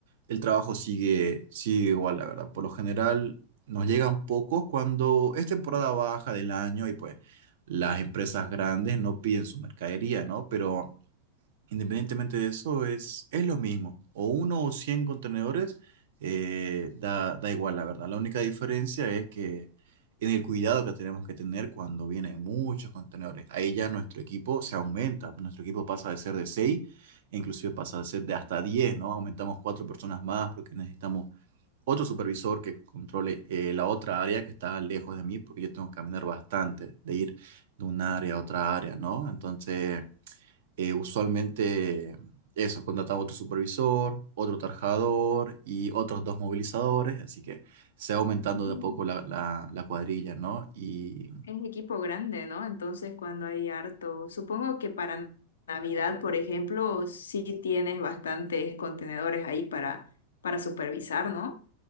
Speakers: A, on the right; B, on the left.
A: el trabajo sigue, sigue igual, la verdad. Por lo general nos llegan pocos cuando es temporada baja del año y pues las empresas grandes no piden su mercadería, ¿no? Pero Independientemente de eso, es, es lo mismo. O uno o 100 contenedores, eh, da, da igual, la verdad. La única diferencia es que en el cuidado que tenemos que tener cuando vienen muchos contenedores. Ahí ya nuestro equipo se aumenta. Nuestro equipo pasa de ser de seis e inclusive pasa de ser de hasta diez ¿no? Aumentamos cuatro personas más porque necesitamos otro supervisor que controle eh, la otra área que está lejos de mí, porque yo tengo que caminar bastante, de ir de un área a otra área, ¿no? Entonces eh, usualmente eso, contratamos otro supervisor, otro tarjador y otros dos movilizadores, así que se va aumentando
B: Mm.
A: de a poco la, la- la cuadrilla, ¿no? Y,
B: Es equipo grande, ¿no? Entonces, cuando hay harto, supongo que para Navidad, por ejemplo, sí tienes bastantes contenedores ahí para, para supervisar, ¿no?